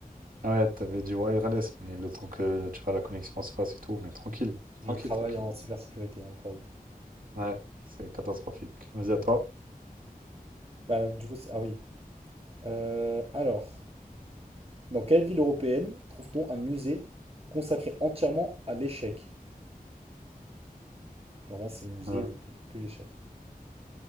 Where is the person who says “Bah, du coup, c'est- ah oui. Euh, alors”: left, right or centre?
Right